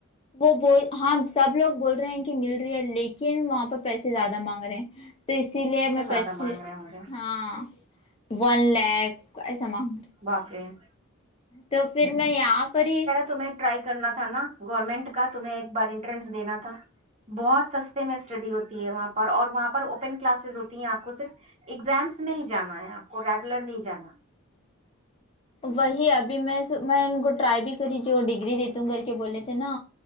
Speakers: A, on the left; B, on the right.
A: وہ بول ہاں سب لوگ بول رہے ہیں کہ مل رہ ہے لیکن وہاں پہ پیسے سے زیادہ مانگ رہے ہیں تو اسی لیے میں
B: زیادہ
A: پیسے
B: مانگ رہے ہوں گے
A: ہاں ون لھ ایسا مگ
B: باپرے ہیں
A: تو پھر میں یہاں پر ہی
B: تمہیں ٹرائی کرنا تھا نا گورنمنٹ کا توم ایک بار انٹرنس دینا تھا بہت سستے میں اسٹڈی ہوتی ہے وہاں پر اور وہاں پر اوپن کلاسز ہوتی ہیں آپ کو صرف ایگزامس میں ہی جانا ہے آپ کو ریگولر نہیں جانا
A: وہی ابھی میں میں ان کو ٹرائی بھی کری جو ڈگری دیتی ہوں کر کے بولے تھے نا